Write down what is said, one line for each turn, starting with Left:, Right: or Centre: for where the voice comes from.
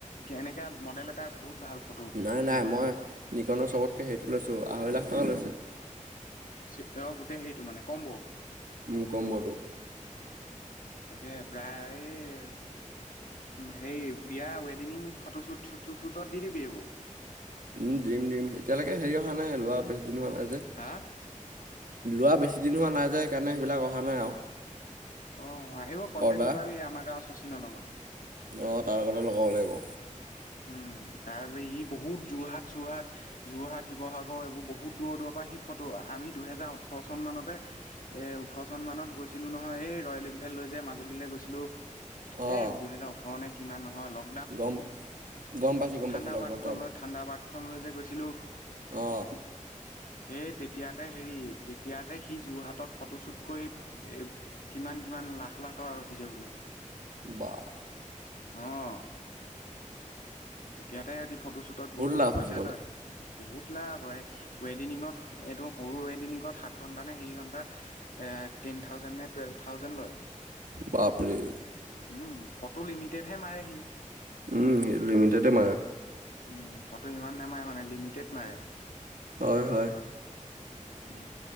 Left: এনেকৈ মডেল এটা আছে বহুত ভাল ফটো
Right: নাই
Left: সেই
Right: নাই
Left: হয়।
Right: মই নিকনৰ চবতকৈ হেইটো লৈছোঁ। আঢ়ৈ লাখ টকা লৈছে।
Left: চি অ' গোটেই হেৰিটো মানে ক'মব?
Right: উ, কম্বটো।
Left: তাকে বায় এই হেৰি বিয়া, ৱেডিঙিং ফটোশ্বুট চটো শ্বুটত দি দিবি এইবোৰ।
Right: উম, দিম দিম। এতিয়ালৈকে হেৰি অহা নাই লোৱা বেছ দিন হোৱা নাই যে।
Left: হা?
Right: লোৱা বেছিদিন হোৱা নাই যে সেইকাৰণে সেইবিলাক অহা নাই আৰু।
Left: অ' আহিব, কণ্টেক্ট
Right: অৰ্ডাৰ
Left: লগাবি আমাৰ গাঁৱৰ শচীনৰ লগত।
Right: অ' তাৰ লগতে লগাব লাগিব।
Left: উম, তাৰ হি বহুত যোৰহাট চোৰহাট যোৰহাট শিৱসাগৰ এইবোৰ বহুত দূৰৰ দূৰৰপৰা সি ফটো, আমি দুহেজাৰ ওঠৰ চন মানতে এ, ওঠৰ চন মানত গৈছিলোঁ নহয় এই ৰয়েল এনফিল্ড লৈ যে মাজুলীলৈ গৈছিলোঁ
Right: অ',
Left: এ, দুহেজাৰ ওঠৰ নে কিমান নহয় লগ
Right: গম, গম পাইছোঁ। গম
Left: ঠাণ্ডা
Right: পাইছোঁ লকডাউন
Left: বাটখন
Right: টাইমত
Left: লৈ ঠাণ্ডা বাটখন লৈ যে গৈছিলোঁ।
Right: অ',
Left: সেই তেতিয়াতে হেৰি তেতিয়াতে সি যোৰহাটত ফটোশ্বুট কৰি কিমান কিমান লাখ লাখ টকা ঘটিছে বোলে।
Right: বাহ।
Left: অ'। তেতিয়াতে সিহঁতি ফটোশ্বুটত বহুত
Right: লাভ
Left: পইচা
Right: আছে মানে
Left: লয়, বহুত লাভ হয়। ৱেডিঙত, এইটো সৰু ৱেডিঙত সাত আঠ ঘন্টা নে সেই ঘন্টাত টেন থাউজেণ্ড নে টুৱেলভ থাউজেণ্ড লয়।
Right: বাপৰে।
Left: উম, ফটো লিমিটেডহে মাৰে সি।
Right: উম, সেইটো লিমিটেডে মাৰে।
Left: উম, ফটো ইমান নামাৰে মানে লিমিটেড মাৰে।
Right: হয় হয়।
Left: উম,